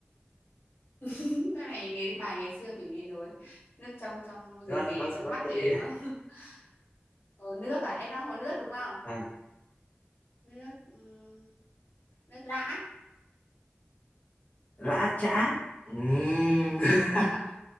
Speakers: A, on the left; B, on the left.
A: <laughs> đó là những cái bài ngày xưa mình nghe nối nước trong trong gì
B: vắt
A: gì
B: vắt
A: ấy, trong
B: vắt
A: mắt
B: tay
A: gì đấy đúng không <laughs> hồ nước à em đang hồ nước đúng không
B: vâng
A: nước ừ, nước lã
B: lã chã Ừm. <laughs>
A: ừ,